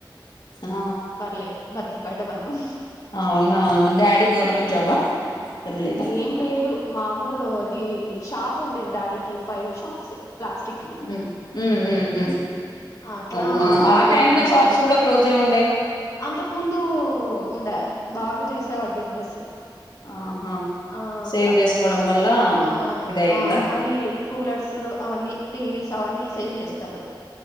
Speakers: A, on the left; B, on the left.
A: ఆ
B: పర్లేదు బతికి బయట పడినాం
A: అవునా డాడీ గవర్నమెంట్ జాబా ఏం లేదా
B: ఏం లేదు మామూరు ఇది షాప్ వుండేది డాడీకి ఫైవీ షాప్స్ ప్లాస్టిక్ వి.
A: ఉమ్ ఉమ్ ఉమ్
B: అట్లా
A: అవునా
B: డాడీ
A: ఆ టైమ్ లో
B: బాగా
A: షాప్స్ కూడా క్లోజ్ అయి ఉండే్.
B: అంతకు ముందు ఉండే బాగా చేసేవాడు బిజినెస్.
A: ఆహా
B: ఆ
A: సేవ్
B: అట్లా
A: చేసుకోవడం వల్ల,
B: ఆ
A: ఇదయిందా
B: ఆ మరి కూలర్స్ అవన్నీ టీవీస్ అవన్నీ సేల్ చేస్తాడు.